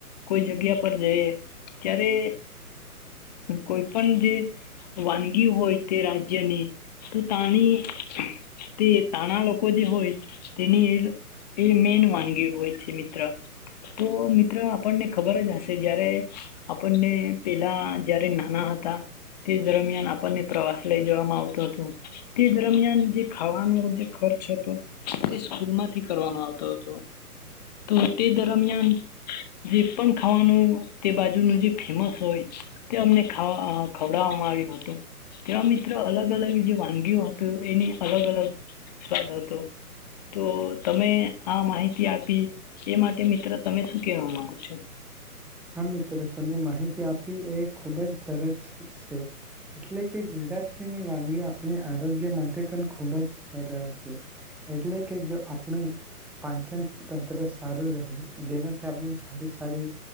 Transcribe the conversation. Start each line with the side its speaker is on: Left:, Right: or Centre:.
Left: કોઈ જગ્યા પર જઈએ ત્યારે કોઈ પણ જે વાનગી હોય તે રાજ્યની તો તાની તે તાણા લોકો જે હોય તેની એ મેન વાનગી હોય છે મિત્ર તો આપણને ખબર જ હશે જયારે આપણને પેલા જયારે નાના હતા તે દરમિયાન આપણને પ્રવાસ લઈ જવામાં આવતો હતો તે દરમિયાન જે ખાવાનો જે ખર્ચ હતો તે સ્કૂલમાંથી કરવામાં આવતો હતો તો તે દરમિયાન જે પણ ખાવાનું તે બાજુનું જે ફેમસ હોય તે અમને ખવડાવવામાં આવ્યું હતું તેવા મિત્ર અલગ અલગ જે વાનગીઓ હત એની અલગ અલગ સ્વાદ હતો તો તમે આ માહિતી આપી એ માટે મિત્ર તમે શું કેવા માંગો છો
Centre: હા મિત્ર તમે માહિતી આપી એ ખૂબ જ સરસ છે એટલે કે ગુજરાત વાન આપણે આરોગ્ય માટે પણ ખ ખૂબ જ સરશે એટલે કે જો આપણું પાંચન તંત્ર સારું રહે જેનાથી આપણી સારી સારી